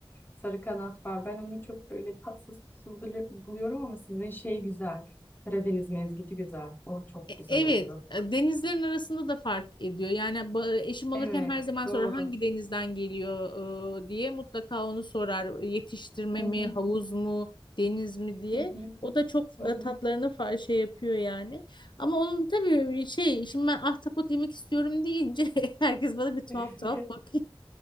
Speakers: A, on the left; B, on the left.
A: Sarı kanat var. Ben onu çok böyle tatsız tuzsuz bulu- buluyorum ama sizin şey güzel. Karadeniz mezgiti güzel. O çok
B: E-
A: güzel
B: Evet,
A: oluyor.
B: e, denizlerin arasında da fark ediyor. Yani ba- eşim alırken
A: Evet
B: her zaman sorar
A: doğru.
B: hangi denizden geliyor e, diye mutlaka onu sorar. Yetiştirme
A: Hı
B: mi,
A: hı.
B: havuz mu, deniz mi diye.
A: Hı hı.
B: O da çok
A: Hı hı.
B: e, tatlarını fa- şey yapıyor yani. Ama onun tabii şey, şimdi ben ahtapot yemek istiyorum deyince <laughs> herkes bana bir tuhaf
A: <laughs>
B: tuhaf bakıyor.